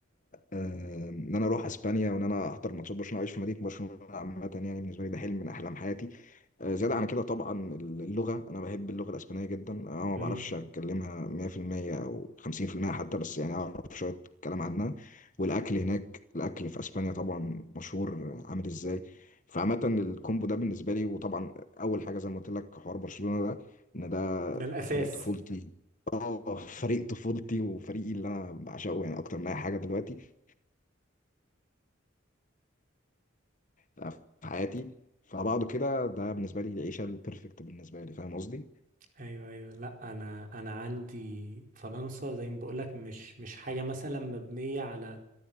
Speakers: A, on the left (about 40°); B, on the right (about 45°).
A: آه، إن أنا أروح أسبانيا وإن أنا أحضر ماتشات برشلونة وأعيش في مدينة برشلونة عامة يعني بالنسبة لي ده حلم من أحلام حياتي آه، زيادة عن كده طبعا اللغة أنا بحب اللغة الأسبانية جدا أنا ما
B: مم.
A: بعرفش أتكلمها 100% أو 50% حتى بس يعني أعرف شوية كلام عنها والأكل هناك الأكل في أسبانيا طبعا مشهور عامل إزاي فعامة الكومبو ده بالنسبة لي وطبعا أول حاجة زي ما قلت لك حوار برشلونة ده إن ده
B: ده الأساس
A: فريق طفولتي اه فريق طفولتي وفريقي اللي أنا بعشقه يعني أكتر من أي حاجة دلوقتي آه، في حياتي فبعضه كده ده بالنسبة لي العيشة البرفكت بالنسبة لي فاهم قصدي؟
B: أيوه أيوه لأ أنا أنا عندي فرنسا زي ما بقولك مش مش حاجة مثلا مبنية على